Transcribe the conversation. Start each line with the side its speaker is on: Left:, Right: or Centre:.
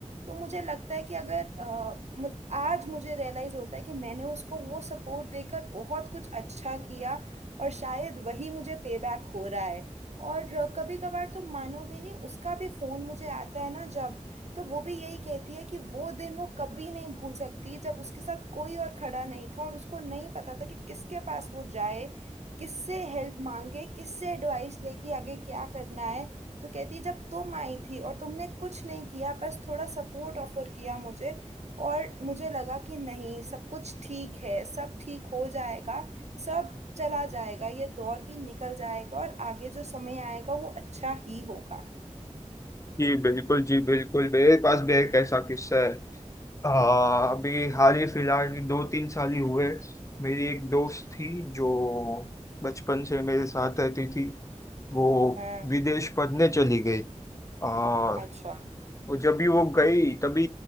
Right: तो मुझे लगता है कि अगर अ, मु- आज मुझे रियलाइज होता है कि मैंने उसको वो सपोर्ट देकर बहुत कुछ अच्छा किया और शायद वही मुझे पे बैक हो रहा है और कभी कभार तो मानोगे नहीं उसका भी फोन मुझे आता है ना जब तो वो भी यही कहती है कि वो दिन वो कभी नहीं भूल सकती जब उसके साथ कोई और खड़ा नहीं था और उसको नहीं पता था कि किसके पास वो जाए किससे हेल्प मांगे किससे एडवाइस लेके आगे क्या करना है तो कहती जब तुम आई थी और तुमने कुछ नहीं किया बस थोड़ा सपोर्ट ऑफर किया मुझे और मुझे लगा कि नहीं सब कुछ ठीक है सब ठीक हो जाएगा सब चला जाएगा ये दौर भी निकल जाएगा और आगे जो समय आएगा वो अच्छा ही होगा
Left: जी बिल्कुल जी बिल्कुल मेरे पास भी एक ऐसा किस्सा है आ, अभी हाल ही फिलहाल दो तीन साल ही हुए मेरी एक दोस्त थी जो बचपन से मेरे साथ रहती थी वो
Right: हाँ
Left: विदेश पढ़ने चली गई आ,
Right: अच्छा
Left: वो जब भी वो गई तभी